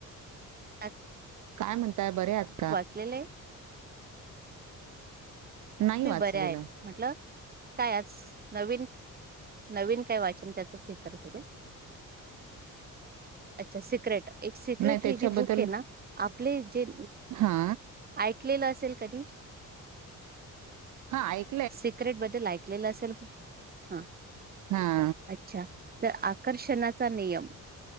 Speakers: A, on the right (about 30°); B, on the right (about 65°).
A: <inaudible>
B: काय म्हणताय बऱ्यात
A: वाचलेले ये.
B: नाही वाचलेलं
A: बऱ्या आहेत म्हटलं काय आज नवीन नवीन काय वाचन त्याचच हे करत होते. अच्छा सिक्रेट एक सिक्रेट
B: नाही त्याच्याबद्दल
A: हे जे बुक ये ना आपले जे
B: हा
A: ऐकलेलं असेल कधी?
B: हा ऐक
A: सिक्रेट बद्दल ऐकलेलं असेल, हा
B: हा
A: अच्छा. तर आकर्षणाचा नियम,